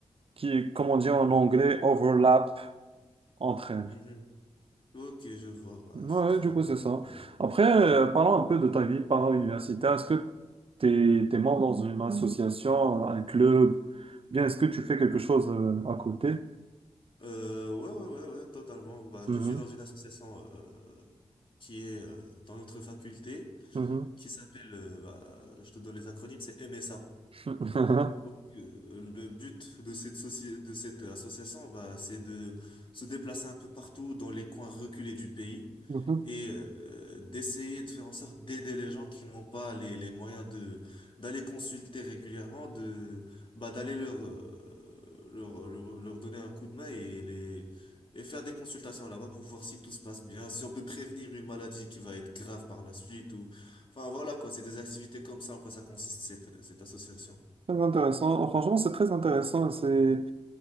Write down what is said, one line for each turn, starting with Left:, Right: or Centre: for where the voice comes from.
Right: qui, comme on dit en anglais, overlap entre elles.
Left: Mhm. Ok, je vois. Voilà,
Right: Ouais,
Left: c'est très
Right: du
Left: intéressant
Right: coup, c'est ça.
Left: en vrai.
Right: Après, euh, parlons un peu de ta vie para-universitaire. Est-ce que tu es, membre dans une association, un club, ou bien est-ce que tu fais quelque chose euh, à côté?
Left: Euh, ouais, ouais, ouais, ouais, totalement. Bah, je
Right: Mhm,
Left: suis dans une association euh, qui est euh, dans notre faculté,
Right: mhm.
Left: qui s'appelle, euh, bah, je te donne les acronymes, c'est MSA.
Right: <laughs>
Left: Donc, euh, le but de cette soci- de cette association, bah, c'est de se déplacer un peu partout dans les coins reculés du pays
Right: Mhm.
Left: et euh, d'essayer de faire en sorte d'aider les gens qui n'ont pas les, les moyens de d'aller consulter régulièrement, de bah, d'aller leur, euh, leur leur leur donner un coup de main et les et faire des consultations là-bas pour voir si tout se passe bien, si on peut prévenir une maladie qui va être grave par la suite ou enfin voilà quoi, c'est des activités comme ça en quoi ça consiste cette cette association.
Right: Très intéressant. Oh, Franchement, c'est très intéressant. C'est